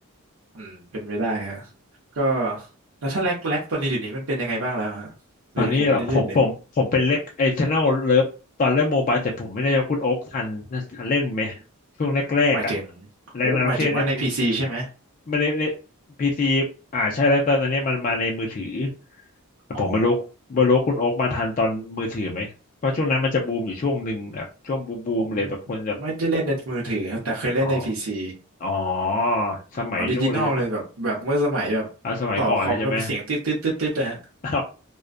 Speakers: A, on the right (about 65°); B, on the left (about 35°).
A: อืมเป็นไปได้ฮะก็แล้วถ้าแล็กแร็กตัวนี้เดี๋ยวนี้มันเป็นยังไงบ้างแล้วฮะเดี๋ยวนี้ผมไม่ได้เล่นเลย
B: ตอนนี้เหรอผมผมผมเป็นเล็กไอชแนลเลิฟตอนเล่นโมบายแต่ผมไม่ได้ยกคุณโอ๊คทันทันเล่นไหมช่วงแรกๆอ่ะ
A: หมายถึง
B: แรกนาร็อกเช่เล่น
A: โอ้หมายถึงว่าในพีซีใช่ไหม
B: ไม่เล่นเล่นพีซีอ่าใช่แล้วแต่ตอนนี้มันมาในมือถือแต่ผมไม่รู้ไม่รู้คุณโอ๊คมาทันตอนมือถือไหมเพราะช่วงนั้นมันจะบูมอยู่ช่วงหนึ่งแบบช่วงบูมบูมเลยแบบคนแบบ
A: อ๋ออ๋อไม่ได้เล่นในมือถือครับแต่เคยเล่นในพีซี
B: อ๋ออ๋อสมัยนู้นเลยใช่ไหม
A: ออริจินอลเลยแบบแบบเมื่อสมัยแบบต่อคอมแล้วมีเสียงตืดตืดตืดตืดนะฮะ
B: อ่าสมัยก่อนเลยใช่ไหมเอ๋ <laughs> อ